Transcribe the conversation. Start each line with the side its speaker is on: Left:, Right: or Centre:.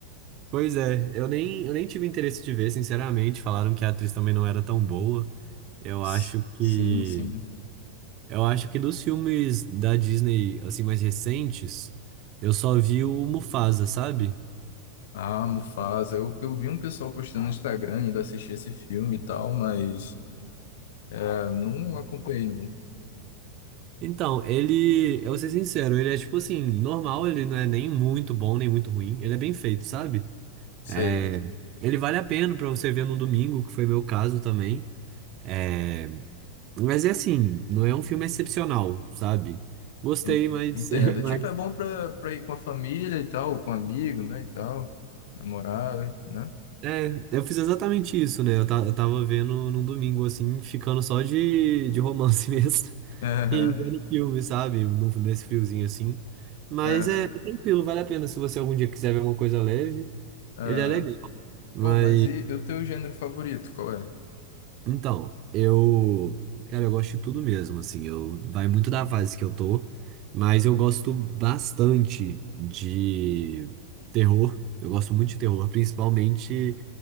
Right: Pois é, eu nem, eu nem tive interesse de ver, sinceramente, falaram que a atriz também não era tão boa. Eu
Left: S-
Right: acho que
Left: Sim, sim.
Right: eu acho que dos filmes da Disney assim mais recentes, eu só vi o Mufasa, sabe?
Left: Ah, Mufasa. Eu, eu vi um pessoal postando no Instagram, ainda assisti esse filme e tal, mas ah, não acompanhei, não.
Right: Então, ele, eu vou ser sincero, ele é tipo assim, normal, ele não é nem muito bom, nem muito ruim, ele é bem feito, sabe?
Left: Sei.
Right: É, ele vale a pena pra você ver no domingo, que foi meu caso também. É, mas é assim, não é um filme excepcional, sabe? Gostei,
Left: En-
Right: mas,
Left: Entendo.
Right: <laughs>
Left: É,
Right: mas
Left: Tipo, é bom pra, pra ir com a família e tal, com amigo, né, e tal, namorada, né?
Right: é, eu fiz exatamente isso, né? Eu, ta- eu tava vendo num domingo, assim, ficando só de, de romance <laughs> mesmo.
Left: <laughs> Aham,
Right: E vendo filme, sabe? Num- Nesse friozinho assim. Mas
Left: aham,
Right: é, é tranquilo, vale a pena. Se você algum dia quiser ver uma coisa leve,
Left: aham.
Right: ele é legal. Mas
Left: Pô, mas e, e o teu gênero favorito, qual é?
Right: Então, eu, cara, eu gosto de tudo mesmo, assim, eu vai muito da fase que eu tô, mas eu gosto bastante de terror. Eu gosto muito de terror, principalmente